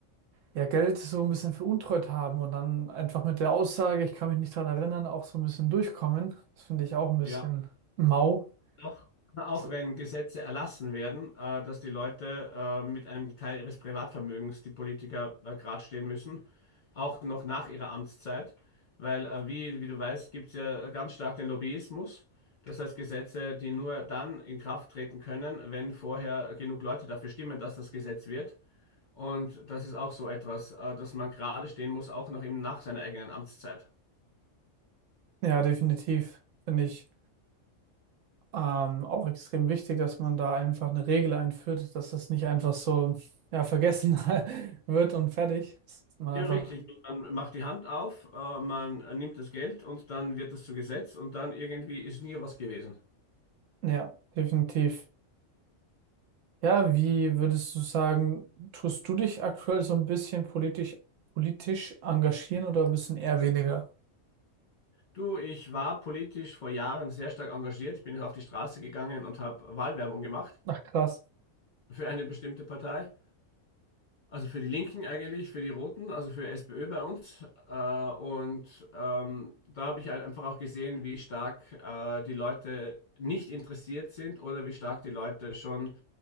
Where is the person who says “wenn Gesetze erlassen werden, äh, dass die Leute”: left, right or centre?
Left